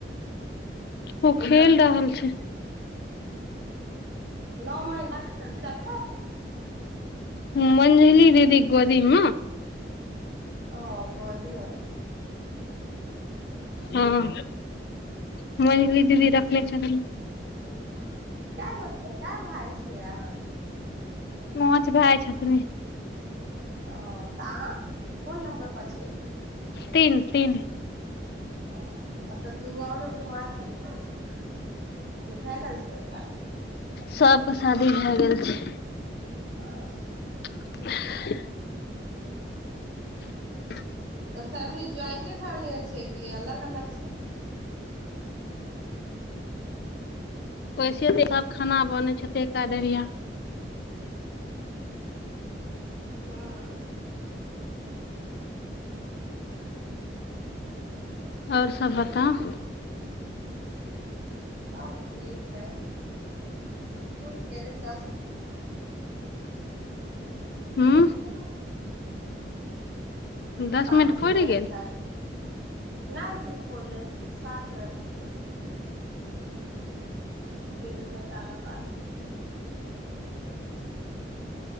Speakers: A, on the left; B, on the right.
A: उ खेल रहल छै
B: नओ महिना त सब
A: ह मञलीदग रीम
B: ओ बी होइ
A: हँ मझली दीदी रखने च
B: कए गो क भइ छियै अहाँ
A: मौछ भए जाइ छथिन
B: ओ त फोन नंबर पछि
A: तीन तीन
B: ह मतलब दूगो आओरो कुमार छल त भै गेलल छै बस आगे
A: सबके शादी भए गेल छै
B: आ
A: <unintelligible> <unintelligible>
B: तऽ फेमिली ज्वइंटे फेमिली मे छै कि अलग अलग छै
A: ओैसे सब खाना बनै छैेरिया
B: हँ
A: आओर सभ बताउ
B: सब ठीक है फूल गेले दस
A: हू
B: <unintelligible>
A: दस
B: पचमे
A: मिनट पुरि गेल
B: ल नहि पढ़ल छै बेस सात वज <unintelligible> तिलव ल ताबा बात